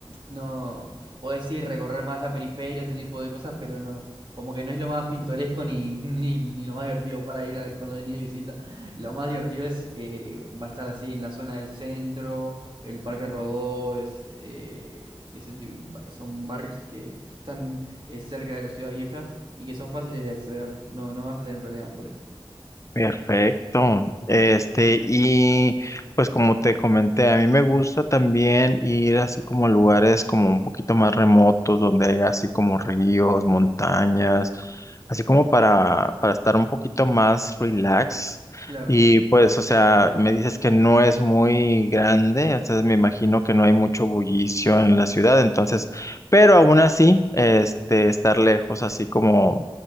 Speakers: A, on the right; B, on the left.
A: no, puedes ir recorrer más la periferia, ese tipo de cosas, pero no, como que no es lo más pintoresco ni, <laughs> ni, ni lo más divertido para ir a- cuando venís de visita. Lo más divertido es, eh, va a estar así en la zona del centro, el Parque Rodó, es, eh, ese tipo- ba- son barrios que, que están eh, cerca de la ciudad vieja y que son fáciles de acceder. No, no vas a tener problema por eso.
B: perfecto. Este, y pues como te comenté, a mí me gusta también ir así como a lugares como un poquito más remotos, donde hay así como ríos, montañas, así como para, para estar un poquito más relax.
A: Claro.
B: Y pues, o sea, me dices que no es muy grande, entonces me imagino que no hay mucho bullicio en la ciudad, entonces, pero aún así, este, estar lejos así como